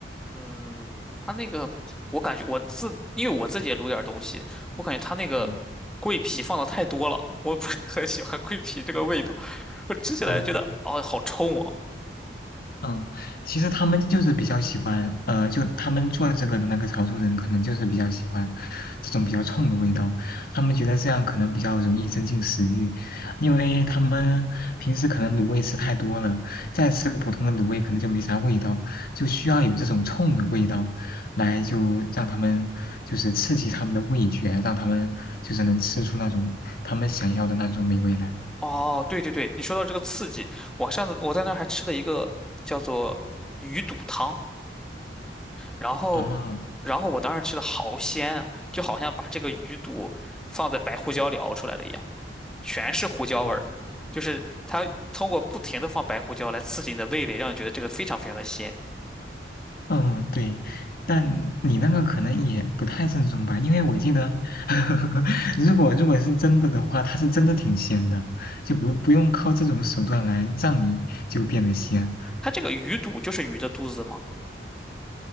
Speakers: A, in the centre; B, on the left.
A: 嗯，它那个我感觉我自，因为我自己也卤点儿东西，我感觉它那个桂皮放的太多了，
B: 哦，
A: 我不是很喜欢桂皮这个味道。我吃起来觉得哦，
B: 哦
A: 好冲啊！
B: 嗯，其实他们就是比较喜欢，呃，就他们做这个的那个潮州人，可能就是比较喜欢这种比较冲的味道。他们觉得这样可能比较容易增进食欲，因为他们平时可能卤味吃太多了，再吃普通的卤味可能就没啥味道，就需要有这种冲的味道，来就让他们就是刺激他们的味觉，让他们就是能吃出那种他们想要的那种美味来。
A: 哦，对对对，你说到这个刺激，我上次我在那儿还吃了一个叫做鱼肚汤，然后
B: 啊，
A: 然后我当时吃的好鲜啊，就好像把这个鱼肚放在白胡椒里熬出来了一样。全是胡椒味儿，
B: 哦
A: 就是它通过不停的放白胡椒来刺激你的味蕾，让你觉得这个非常非常的鲜。
B: 嗯，对，但你那个可能也不太正宗吧，因为我记得，<laughs> 如果如果是真的的话，它是真的挺鲜的，就不不用靠这种手段来让你就变得鲜。
A: 它这个鱼肚就是鱼的肚子吗？